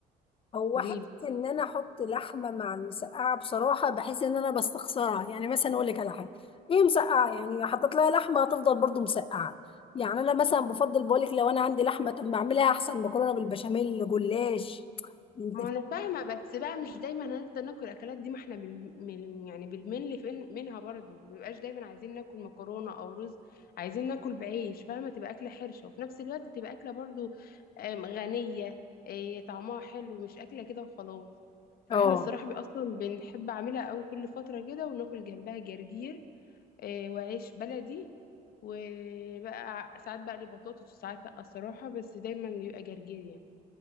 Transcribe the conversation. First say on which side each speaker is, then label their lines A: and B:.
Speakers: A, on the left (about 35°); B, on the left (about 60°).
A: هو
B: قوليلي
A: حته ان انا احط لحمه مع المسقعه بصراحه بحس ان انا بستخسرها يعني مثلا اقول لك على حاجه ايه مسقعه يعني حطيت لها لحمه هتفضل برضو مسقعه يعني انا مثلا بفضل بقول لك لو انا عندي لحمه طب ما اعملها احسن مكرونه بالبشاميل جلاش انت
B: ما انا فاهمه بس بقى مش دايما هنفضل ناكل الاكلات دي ما احنا بال... من- يعني بالملي فين منها برضو ما بيبقاش دايما عايزين ناكل مكرونه او رز عايزين ناكل بعيش فاهمه تبقى اكله حرشه وفي نفس الوقت تبقى اكله برضو آم، غنيه آه، طعمها حلو مش اكله كده وخلاص فاحنا
A: اه
B: الصراحه بي- اصلا بنحب اعملها قوي كل فتره كده وناكل جنبها جرجير آه، وعيش بلدي وبقى ساعات بقلي بطاطس وساعات لا الصراحه بس دايما بيبقى جرجير